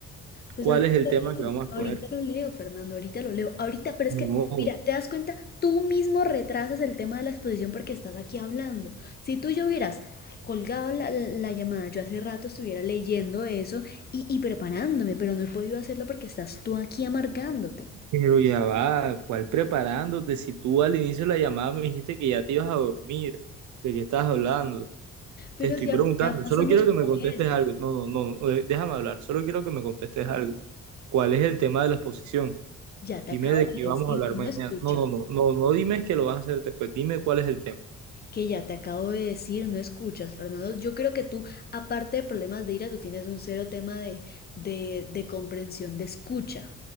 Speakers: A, on the left; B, on the right.
A: Pues
B: ¿Cuál
A: ahorita
B: es el
A: lo
B: tema que vamos
A: leo,
B: a exponer?
A: ahorita lo leo, Fernando, ahorita lo leo, ahorita, pero es
B: No,
A: que, mira, te das cuenta, tú mismo retrasas el tema de la exposición porque estás aquí hablando. Si tú yo hubieras colgado la, la llamada, yo hace rato estuviera leyendo eso y, y preparándome, pero no he podido hacerlo porque estás tú aquí amargándote.
B: pero ya va, ¿cuál preparándote? Si tú al inicio de la llamada me dijiste que ya te ibas a dormir, ¿de qué estás hablando? Te
A: Pero
B: estoy
A: ya,
B: preguntando,
A: ya pasamos
B: solo quiero que me
A: por
B: contestes
A: eso.
B: algo. No, no, no, eh, déjame hablar, solo quiero que me contestes algo. ¿Cuál es el tema de la exposición?
A: Ya te
B: Dime
A: acabo
B: de qué
A: de
B: vamos
A: decir
B: a hablar
A: que no
B: mañana.
A: escuchas.
B: No, no, no, no, no dime que lo vas a hacer después, dime cuál es el tema.
A: que ya te acabo de decir, no escuchas, Fernando. Yo creo que tú, aparte de problemas de ira, tú tienes un cero tema de, de, de comprensión, de escucha,